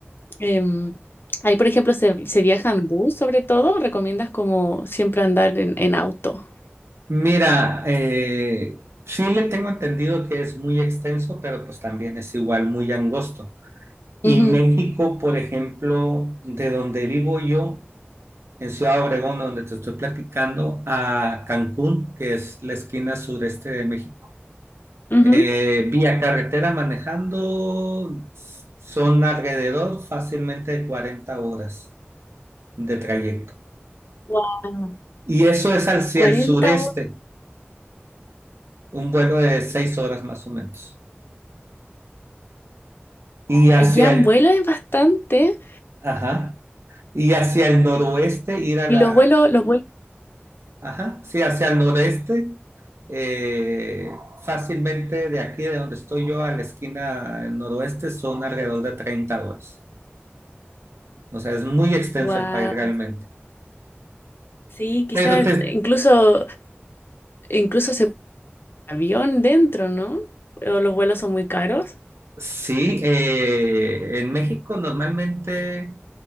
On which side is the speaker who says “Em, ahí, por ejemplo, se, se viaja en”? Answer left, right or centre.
Left